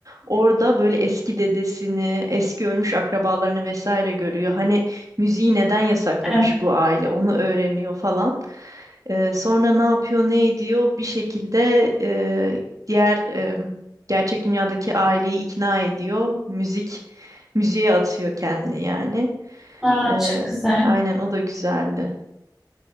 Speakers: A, on the right; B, in the centre.
A: Orada böyle eski dedesini, eski ölmüş akrabalarını vesaire görüyor. Hani müziği neden yasaklamış
B: Evet.
A: bu aile onu öğreniyor falan. Ee, sonra ne yapıyor, ne ediyor bir şekilde e, diğer e, gerçek dünyadaki aileyi ikna ediyor. Müzik müziğe atıyor kendini yani.
B: Aa,
A: Ee,
B: çok güzel.
A: aynen o da güzeldi.